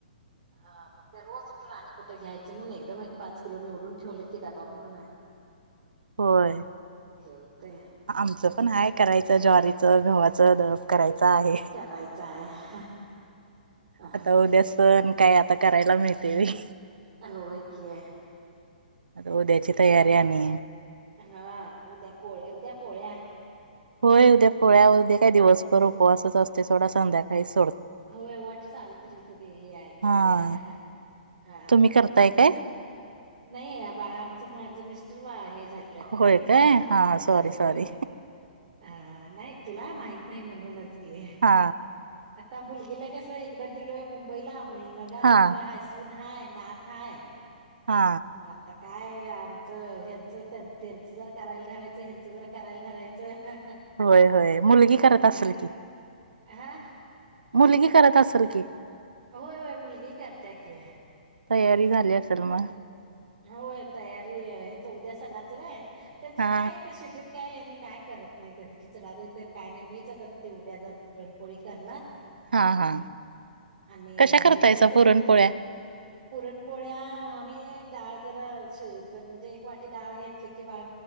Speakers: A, on the right; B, on the right.
A: अ मग ते रोज उठून आणि कुठे घ्यायचं म्हणून एकदम एक पाच किलो निवडून ठेवल की डबा भरून
B: <inaudible> होय
A: हे होतंय
B: आमचं पण आहे करायचं ज्वारीचं घव्हाचं दळप करायचा आहे.
A: करायचं आहे अहं.
B: आता उद्या सण काय आता करायला मिळतय व्हय.
A: होय की
B: आता उद्याची तयारी
A: कर
B: आणि
A: हा उद्या पोळ्या उद्या पोळ्या
B: होय उद्या पोळ्या उद्या काय दिवसभर उपवासच असतोय सोडा संध्याकाळीचं
A: होय वटसावित्रीत ते हाय
B: हा
A: की उद्या हा.
B: तुम्ही करताय काय?
A: नाही हे बाळा आमचं माझं मिस्टर वा हे झाल्यात
B: होय
A: नाय
B: काय
A: वारल्यात
B: हा
A: त्यामुळ
B: सॉरी
A: होय
B: सॉरी
A: अ नाही तुला माहित नाय म्हणूनच की
B: हा
A: आता मुल तिला कस हीकड दिलोय मुंबईला मुलगा
B: हा
A: तिथं हाय सून हाय नात हाय
B: हा
A: मग आता काय आमचं ह्याच त्या त्यांचं जर करायला धरायचं हयाचं जर करायला धरायचं
B: होय होय मुलगी करत
A: हा
B: आसल की?
A: हा
B: मुलगी करत आसल की?
A: होय होय मुलगी करत्या की,
B: तयारी झाली असेल म
A: होय तयारी हेच उद्या सणाचं व्हय त्यांच्यात
B: हा
A: काय त्या शीटीत काय हे नाही. काय करत नाही ते ते खिचडा बी तर काय नाही मीच आता ते उद्या जर पुरणपोळी करणार
B: हा हा
A: आणि
B: कशा करतायचा
A: त्यांच
B: पुरणपोळ्या
A: मिस्ट पुरणपोळ्या आम्ही डाळ जरा शिजन म्हणजे एक वाटी डाळ घेतल कि बाळ